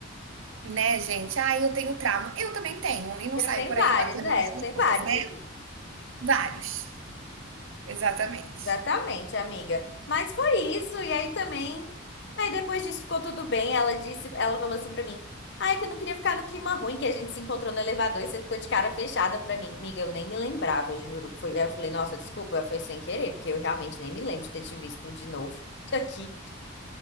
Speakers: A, on the right; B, on the left.
A: né, gente, ah, eu tenho trauma. Eu também tenho, e não
B: Eu
A: saio
B: tenho
A: por
B: vários,
A: aí batendo
B: né?
A: nas
B: eu
A: pessoas,
B: tenho vários.
A: né?
B: E
A: Vários, exatamente.
B: Exatamente, amiga. Mas foi isso, e aí também. Aí depois disso ficou tudo bem. Ela disse, ela falou assim pra mim: Ai, que eu não queria ficar no clima ruim que a gente se encontrou no elevador e você ficou de cara fechada pra mim. Amiga, eu nem me lembrava, juro. Foi, aí eu falei, nossa, desculpa, foi sem querer, porque eu realmente nem me lembro de ter te visto de novo <laughs> aqui.